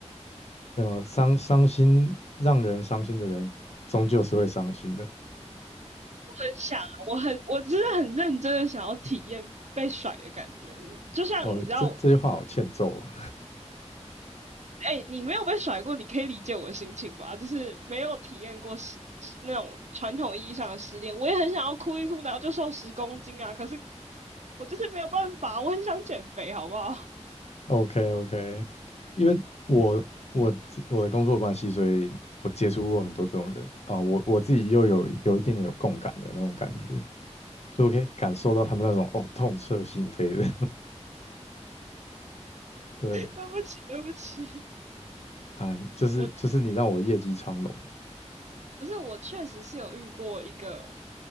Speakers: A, on the left; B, on the right.
A: 没有伤伤心让人伤心的人，终究是会伤心的。
B: <laughs> 很想啊我很我真的很认真的想要体验被甩的感觉，你就像你知道，
A: 哦，这这句话好欠揍哦。
B: 哎，你没有被甩过，你可以理解我的心情吧？就是没有体验过失那种传统意义上的失恋，我也很想要哭一哭，然后就瘦十公斤啊！可是我就是没有办法，我很想减肥，好不好？
A: OK OK，因为我我自我的工作关系，所以我接触过很多这种人啊、我我自己又有有一点点有共感的那种感觉，所以我可以感受到他们那种哦痛彻心扉的，<laughs> 对
B: <laughs> 对不起，对不起，
A: 啊，就是就是你让我业绩昌隆
B: 我不是我确实是有遇过一个，